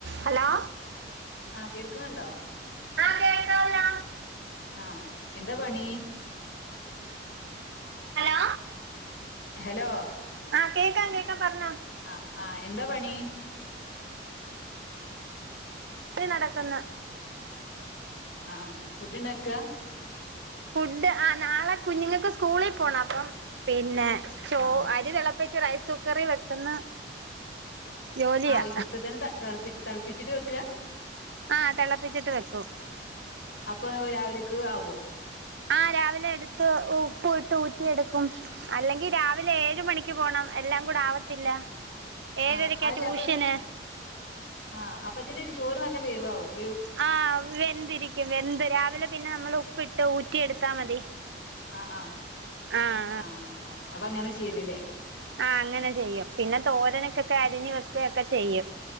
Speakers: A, on the right (about 75°); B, on the left (about 75°).
A: Hello
B: ആഹ് കേൾക്കുന്നുണ്ടോ
A: ആ കേൾക്കാമല്ലോ
B: ആഹ് എന്താ പണി
A: ഹലോ
B: ഹലോ
A: ആഹ കേക്കാം കേക്കാ പറഞ്ഞ
B: ആഹ് ആഹ് എന്താ പണി
A: ഇ നടക്കന്ന്
B: ആഹ ഫുഡ് ഇണ്ടാക്കുക
A: ഫുഡ് ആ നാളെ കുഞ്ഞുങ്ങൾക്ക് സ്കൂളിൽ പോണം അപ്പം പിന്നെ ചോ
B: ആഹ്
A: അരി തിളപ്പച്ച് റൈസ് കുക്കറിൽ വെക്കുന്ന ജോലിയാ
B: ആഹ് ഇപ്പ തന്നെ തളപ്പ ളപ്പിച്ചിട്ട് വെക്കുക
A: ആഹ തിളപ്പിച്ചിട്ട് വെക്കും
B: അപ്പൊ രാവിലേക്ക് ആവോ
A: ആഹ രാവിലെ എടുത്ത് ഉപ്പയിട്ട് ഊറ്റിെടുക്കും അല്ലെങ്കിൽ രാവിലെ രാവിലെ ഏഴ് മണിക്ക് പോണം എല്ലാം കൂടെ ആവത്തില്ല ഏഴരയ്ക്കാ
B: ആഹ അതല്ലേ
A: ട്യൂഷന്
B: അപ്പൊ ആ അപ്പത്തിന ഒരു ചോറ് നല്ല വേവാകവും
A: ആഹ വെന്തിരിക്കും വെന്ത് രാവിലെ പിന്നെ നമ്മൾ ഉപ്പ് ഇട്ട് ഊറ്റി എടുത്താ മതി
B: ആഹ ആഹ്
A: ആഹ്
B: ആഹ അപ്പൊ അങ്ങനെ ചെയ്യലല്ലേ
A: ആ അങ്ങനെ ചെയ്യും പിന്നെ തോരനക്കൊക്കെ അരിഞ്ഞഞ് വെക്കുകയൊക്കെ ചെയ്യും